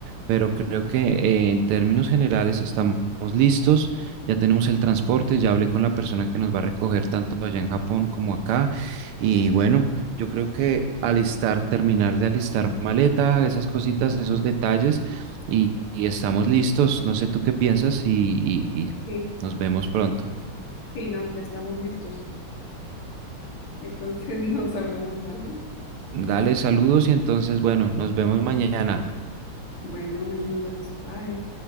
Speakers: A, on the right; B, on the left.
A: pero creo que eh, en términos generales estamos listos. Ya tenemos el transporte, ya hablé con la persona que nos va a recoger tanto allá en Japón como acá. Y bueno. Yo creo que alistar, terminar de alistar maleta, esas cositas, esos detalles, y, y estamos listos. No sé tú qué piensas y, y y
B: Sí,
A: nos vemos pronto.
B: sí, no, ya estamos listos. Entonces <laughs> nos hablamos, ¿vale?
A: Dale saludos y entonces, bueno, nos vemos mañana.
B: Bueno, mañana nos vemos. Bye.